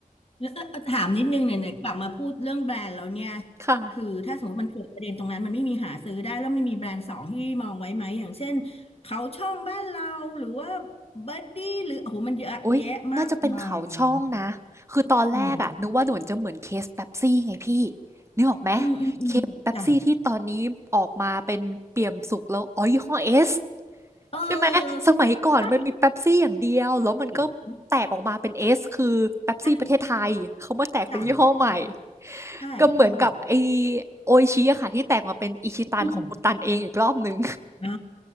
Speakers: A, on the left; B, on the right.
A: แล้วเอ่อถามนิดนึงเนี่ยเนี่ยกลับมาพูดเรื่องแบรนด์แล้วเนี่ย
B: ค่ะ
A: คือถ้าสมมติมันเกิดประเด็นตรงนั้นมันไม่มีหาซื้อได้แล้วไม่มีแบรนด์สองที่มองไว้ไหมอย่างเช่นเขาช่องบ้านเราหรือว่าบัดดี้หรือโอ้โหมันเยอะแยะมากมาย
B: โอ๊ยน่าจะเป็นเขาช่องนะคือตอนแรกอะนึกว่าเหมือนจะเหมือนเคสเป๊ปซี่ไงพี่
A: เออ
B: นึกออกไหม
A: อืมอืมอืมจ้ะ
B: เคสเป๊ปซี่ที่ตอนนี้ออกมาเป็นเปี่ยมสุกแล้วอ๋อยี่ห้อเอส
A: เออ
B: ใช่ไหม สมัยก่อนมันมีเป๊ปซี่อย่างเดียว
A: ใช
B: แล้วมันก็แตกออกมาเป็นเอสคือเป๊ปซี่ประเทศไทย
A: ่ ใช่ใช่
B: เขามาแตกเป็นยี่ห้อใหม่
A: จ้ะอ่ะใช่ใช่
B: ก็เหมือนกับไอโออิชิอะค่ะที่แตกมาเป็นอิชิตันของคุณตันเองอีกรอบนึง
A: อืมอ่า